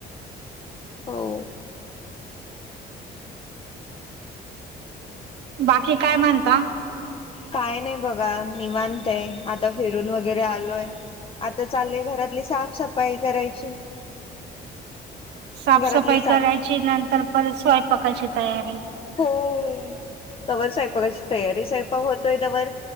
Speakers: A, on the left; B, on the right.
A: हो.
B: बाकी काय म्हणता?
A: काय नाही बघा निवांतय. आता फिरून वगैरे आलोय. आता चाललंय घरातली साफसफाई करायची.
B: साफसफाई
A: घरातली साफ
B: करायची नंतर परत स्वयंपाकाची - तयारी-
A: हो- तवर स्वयंपाकाची तयारी. स्वयंपाक होतोय तवर